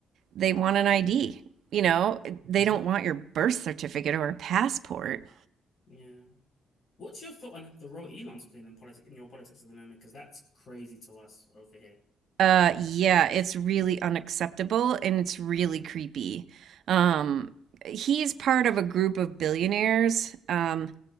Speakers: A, on the right; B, on the left.
A: they want an ID. You know, they don't want your birth certificate or a passport.
B: Yeah. What's your thought on the role Elon's playing in politics in your politics at the moment? Because that's crazy to us over here.
A: Uh, yeah, it's really unacceptable and it's really creepy. Um, he's part of a group of billionaires, um,